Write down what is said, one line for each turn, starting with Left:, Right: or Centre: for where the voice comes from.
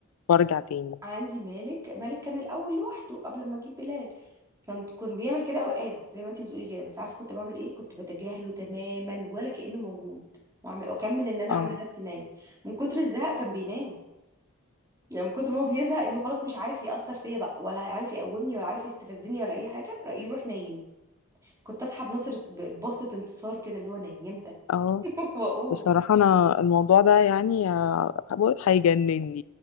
Left: وارجع تاني
Right: عندي مالك مالك كان الاول لوحده قبل ما اجيب بلال كان كان بيعمل كده اوقات زي ما انت بتقولي كده بس عارف كنت بعمل ايه كنت بتجاهله تماما ولا كأنه موجود واعمل اكمل ان انا
Left: اه
Right: عامله نفسي نايمه من كتر الزهق كان بينام يعني من كتر ما هو بيزهق انه خلاص مش عارف يأثر فيا بقى ولا هيعرف يقومني ولا عارف يستفزني ولا اي حاجه رأي يروح نايم كنت اسحب نصر ب- ببصه انتصار كده اللي هو نيمتك
Left: اه
Right: <laughs> واقوم
Left: بصراحه انا الموضوع ده يعني آه، هيجنني